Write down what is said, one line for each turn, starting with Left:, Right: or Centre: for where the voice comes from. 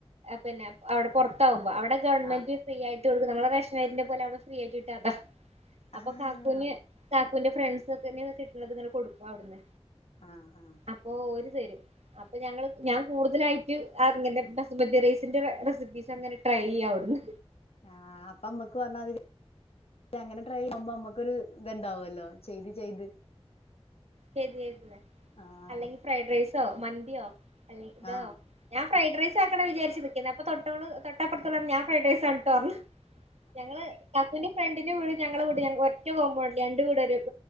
Right: പിന്നെ അവിടെ പൊറത്താവുമ്പോ അവിടെ ഗവൺമെന്റ്
Left: ആഹ്
Right: ഫ്രീ ആയിട്ട് കൊടുക്കും നമ്മുടെ റേഷനരീന്റെ പോലെ അവിടെ ഫ്രീ ആയിട്ട് കിട്ട അതാ അപ്പൊ
Left: ആഹ് ആഹ്
Right: കാക്കൂന് കാക്കുവിന്റെ ഫ്രണ്ട്സ് ഒക്കെന്നെ കിട്ടണത് ഇങ്ങനെ കൊടുക്കും അവിടുന്ന്
Left: ആഹ ആഹ
Right: അപ്പൊ ഒരു തരും അപ്പൊ ഞങ്ങള് ഞാൻ കൂടുതലായിട്ട് അ ഇങ്ങനെ ബസ്മതി റൈസിന്റെ റെസിപ്പീസ് അങ്ങനെ ട്രൈ ചെയ്യാവിടുന്നു
Left: ആഹ അപ്പൊ അമ്മക്ക് പറഞ്ഞതി അങ്ങനെ ട്രൈ യുമ്പോ അമ്മക്കൊരു ഇത്ണ്ടാവല്ലോ ചെയ്ത്
Right: ത്
Left: ആഹ്
Right: അല്ലെങ്കിൽ ഫ്രൈഡ് റൈസോ മന്തിയോ അല്ലെ ഇതോ
Left: ആഹ്
Right: ഞാൻ ഫ്രെഡ്റൈസ് ആക്കന്ന് വിചാരിച്ച് നിക്കുന്ന അപ്പ തൊട്ടോളു തൊട്ടപ്പുത്തുള്ള ഓള് പറഞ്ഞു ഞാൻ ഫ്രൈഡ്റൈസ് ആണിട്ടോപറഞ്ഞു ഞങ്ങള് കാക്കുന്റെ ഫ്രണ്ടിന്റെ വീട് ഞങ്ങളെ വീട് ഒറ്റ കോമ്പണ്ട് രണ്ടു വീടൊരു ഒരു